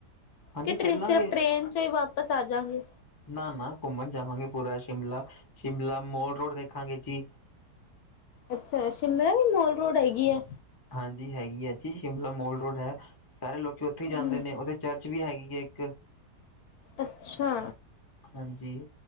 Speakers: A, on the left (about 30°); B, on the left (about 70°).
A: ਹਾਂਜੀ
B: ਕੀ
A: ਚੱਲਾਂਗੇ
B: ਸਿਰਫ਼ ਟ੍ਰੇਨ 'ਚ ਹੀ ਵਾਪਸ ਆ ਜਾਵਾਂਗੇ?
A: ਨਾ ਨਾ ਘੁੰਮਣ ਤਾਂ ਜਾਵਾਂਗੇ। ਪੂਰਾ ਸ਼ਿਮਲਾ ਘੁੰਮਾਂਗੇ ਮਾਲ ਰੋਡ ਵੀ ਆਰਾਮ ਨਾਲ ਦੇਖਾਂਗੇ ਜੀ।
B: ਅੱਛਾ ਜੀ, ਸ਼ਿਮਲੇ ਵਿੱਚ ਮਾਲ ਰੋਡ ਹੈਗੀ ਐ।
A: ਹਾਂ ਜੀ, ਹੈਗੀ ਆ। ਸ਼ਿਮਲੇ ਦੀ ਮਾਲ ਰੋਡ ਹੈ। ਸਾਰੇ ਲੋਕ ਉੱਥੇ ਹੀ ਜਾਂਦੇ
B: ਹਮ
A: ਨੇ। ਚਰਚ, ਵੀ ਹੈਗੀ ਆ ਇੱਕ,
B: ਅੱਛਾ,
A: ਹਾਂਜੀ,